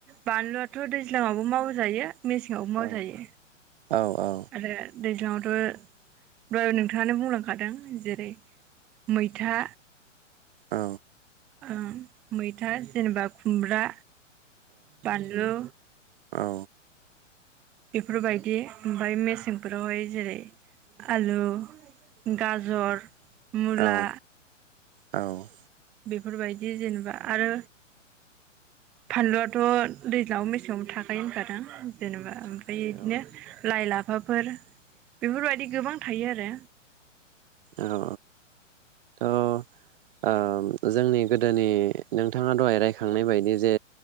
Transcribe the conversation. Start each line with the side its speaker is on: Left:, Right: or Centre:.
Centre: बानलुआथ' दैज्लङावबो मावजायो मेसेङावबो मावजायो
Right: औ औ औ
Centre: आरो दैज्लावथ' दथ नोंथाङानो बुंलांखादों जेरै मैथा
Right: औ
Centre: ओ मैथा जेनेबा खुमब्रा बानलु
Right: औ
Centre: बेफोरबायदि ओमफाय मेसेंफोरावहाय जेरै आलु गाजर मुला
Right: औ औ
Centre: बेफोरबायदि जेनेबा आरो फानलुआथ' दैज्लां आवबो मेसेङावबो थाखायो होनखा ना जेनेबा ओमफ्राय
Right: थाखायो
Centre: बिदिनो
Right: औ
Centre: लाइ लाफा बेफोर बेफोरबायदि गोबां थायो आरो।
Right: औ औ औ जोंनि गोदोनि नोंथाङा दहाय रायखांनाय बायदि जे